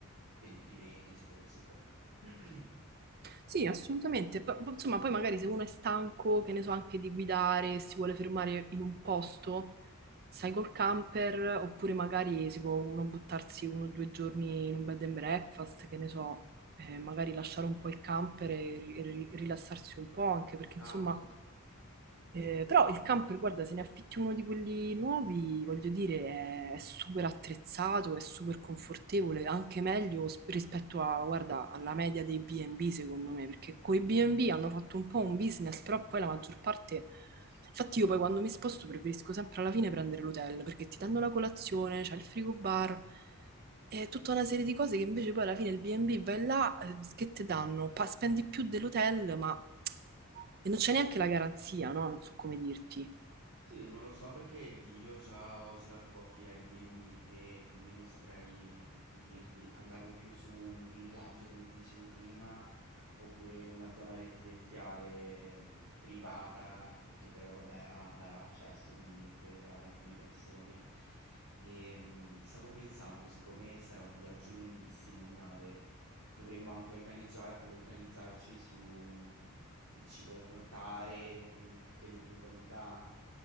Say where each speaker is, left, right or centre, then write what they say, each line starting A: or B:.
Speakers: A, on the right; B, on the right.
A: tenuti bene, eccetera, eccetera. <clears throat>
B: Sì, assolutamente. P- p- insomma, poi magari se uno è stanco, che ne so, anche di guidare, e si vuole fermare in un posto, sai col camper, oppure magari si può uno buttarsi uno o due giorni in un bed and breakfast, che ne so, eh, magari lasciare un po' il camper e ri- ri- rilassarsi un po', anche perché
A: Esatto.
B: insomma eh, però il camper, guarda, se ne affitti uno di quelli nuovi, voglio dire, è, è super attrezzato, è super confortevole, anche meglio s- rispetto a, guarda, alla media dei B&B, secondo me, perché coi B&B hanno fatto un po' un business, però poi la maggior parte... Infatti io poi quando mi sposto preferisco sempre alla fine prendere l'hotel, perché ti danno la colazione, c'è il frigo bar, è tutta una serie di cose che invece poi alla fine il B&B vai là, eh, che ti danno? Pa- spendi più dell'hotel, ma e non c'è neanche la garanzia, no? Non so come dirti.
A: Sì, non lo so perché di- io già ho girato pochi Airbnb e quindi non saprei dirti. Andavo più su un villaggio, come ti dicevo prima, oppure una zona residenziale mm, privata che però, vabbè, ha, dà accesso comunque a alcune persone. E mm, stavo pensando, siccome sarà un viaggio lunghissimo in nave, dovremmo anche organizzar- organizzarci su mm, il cibo da portare, mm, tutte le eventualità.